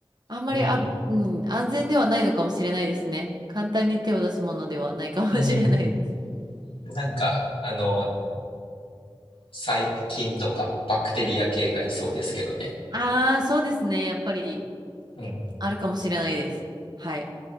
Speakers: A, on the right; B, on the left.
A: あんまり、
B: うん。
A: あ、うん、安全ではないのかもしれないですね。簡単に手を出すものではないかもしれないです。
B: うん。なんか、あの、細菌とかバクテリア系がいそうですけどね。
A: ああ、そうですね。やっぱり、
B: うん。
A: あるかもしれないです。はい。